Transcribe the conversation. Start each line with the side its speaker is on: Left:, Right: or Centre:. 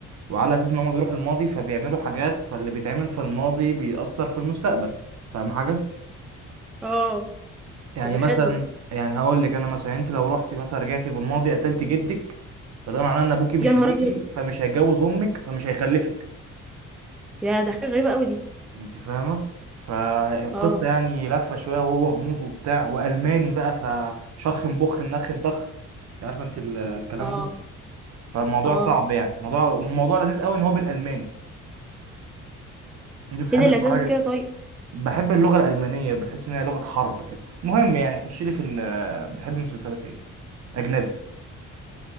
Right: وعلى اساس ان هما بيروحوا الماضي فبيعملوا حاجات فاللي بيتعمل في الماضي بيأثر في المستقبل فاهم حاجة
Centre: اه
Right: يعني
Centre: طب ده
Right: مثلا
Centre: حلو ده.
Right: يعني هقول لك انا مثلا انت لو رحت مثلا رجعتي بالماضي قتلت جدك فده معناه ان ابوكي مش
Centre: يا نهار
Right: هيجي
Centre: ابيض
Right: فمش هيتجوز امك فمش هيخلفك
Centre: يا ده حاجه غريبه قوي دي
Right: انت فاهمة فالقصة
Centre: اه
Right: يعني لفة شوية وهو غموض وبتاع والماني بقى فشخ بخ نخ طخ انت عارفة انت ال- الكلام
Centre: اه
Right: ده فالموضوع
Centre: اه
Right: صعب يعني الموضوع الموضوع لذيذ قوي ان هو بالالماني انت بتحب
Centre: فين اللذاذه
Right: تتفرج
Centre: في كده طيب
Right: بحب اللغة الألمانية بتحس إنها لغة حرب كده المهم يعني خش لي في ال آه، بحب مسلسلات إيه أجنبي